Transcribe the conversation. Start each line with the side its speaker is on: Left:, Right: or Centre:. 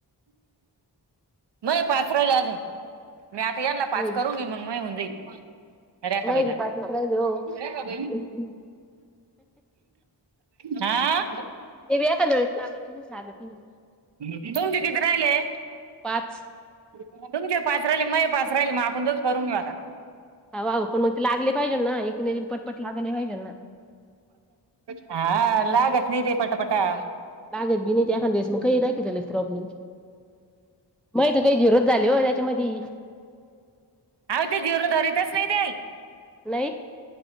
Right: नाही पाच राहिले अजून मी आता याना पाच
Centre: म
Right: करू मी मग म होऊन जाईल. रेखाबाईला
Centre: म बी पाच राहिले हो
Right: रेखाबाईंनी
Centre: ते
Right: हा
Centre: बी एखाद्या वेळेस लागतच लागत
Right: तुमचे कितीे राहिले?
Centre: पाच
Right: तुमचे पाच राहिले माझे हे पाच राहिले मग आपण दोघी करून घेऊ आता
Centre: पण मग ते लागले पाहिजे ना. एकूण पटपट लागले पाहिजे ना
Right: हा लागल नाही दे पटापटा
Centre: लागत बी नाहीत एखाद्यास मग काही दाखवताना प्रॉब्लेम माझे काही झिरो झाली हो त्याच्यामध्ये
Right: आ ते झिरो धरितीच नाही ते
Centre: नाही